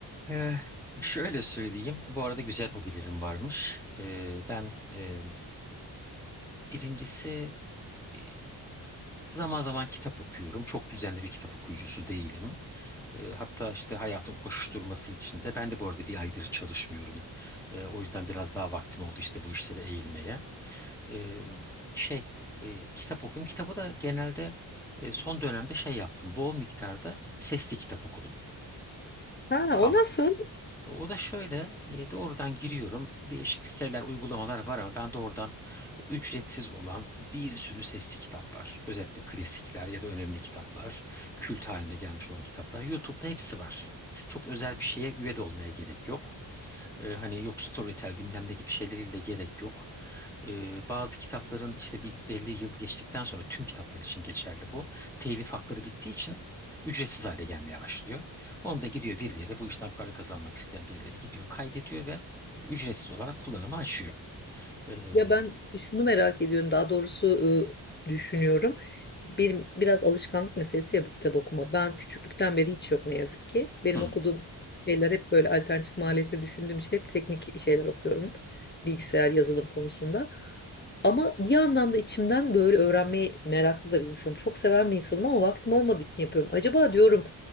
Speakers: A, in the centre; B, on the left.
A: Ee, şöyle söyleyeyim. Bu arada güzel hobilerim varmış. Ee, ben e, birincisi e, zaman zaman kitap okuyorum. Çok düzenli bir kitap okuyucusu değilim. Ee, hatta işte hayatın koşuşturması içinde ben de bu arada bir aydır çalışmıyorum. Ee, o yüzden biraz daha vaktim oldu işte bu işlere eğilmeye. e, şey e, kitap okuyorum. Kitabı da genelde e, son dönemde şey yaptım. Bol miktarda sesli kitap okudum.
B: Ha,
A: Tam.
B: o nasıl?
A: O da şöyle e, doğrudan giriyorum. Değişik siteler, uygulamalar var ama ben doğrudan ücretsiz olan bir sürü sesli kitap var. Özellikle klasikler ya da önemli kitaplar, kült haline gelmiş olan kitaplar. YouTube'da hepsi var. Çok özel bir şeye üye de olmaya gerek yok. E, hani yok Storytel bilmem ne gibi şeyleriyle gerek yok. Ee, bazı kitapların işte bir belli yıl geçtikten sonra tüm kitaplar için geçerli bu. Telif hakları bittiği için ücretsiz hale gelmeye başlıyor. Onu da gidiyor birileri bu işten para kazanmak isteyen birileri gidiyor kaydediyor ve ücretsiz olarak kullanıma açıyor. Ee,
B: Ya ben şunu merak ediyorum, daha doğrusu e, düşünüyorum. Bir, biraz alışkanlık meselesi ya bu kitap okuma. Ben küçüklükten beri hiç yok ne yazık ki. Benim
A: hmm.
B: okuduğum şeyler hep böyle alternatif maliyete düşündüğüm için hep teknik şeyler okuyorum. Bilgisayar, yazılım konusunda. Ama bir yandan da içimden böyle öğrenmeyi meraklı da bir insanım. Çok seven bir insanım ama vaktim olmadığı için yapıyorum. Acaba diyorum